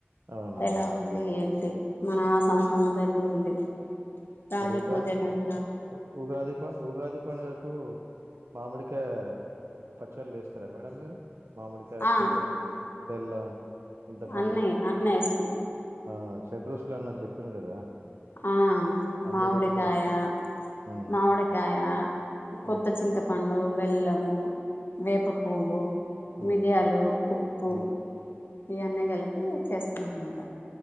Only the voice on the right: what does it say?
అవునా
మరి ఉగా
ఉ ఉగాది ప ఉగాది పండుగకు మామిడికాయ పచ్చర్ల వేస్తారా మేడం మీరు మామిడికాయ
చింత బెల్లం చింతపండు
ఆ షర్ట్ రుచులు అన్న చెప్పిడ్రు కదా
అన్ని
రుచులుగా మ్
మ్
ఉమ్
ఉమ్